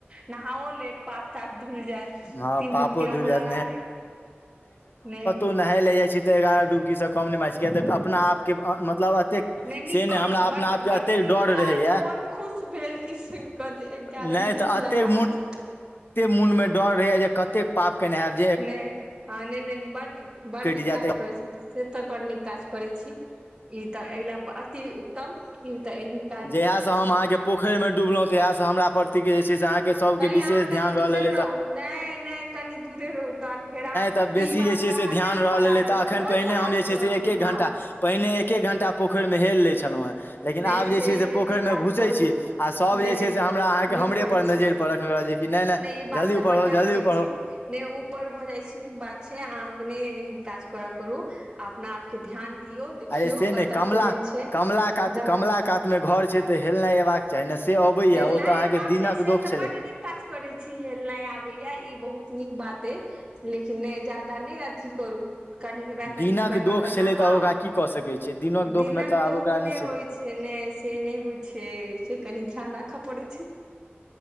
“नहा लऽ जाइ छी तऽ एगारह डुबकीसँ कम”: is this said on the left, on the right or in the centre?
Left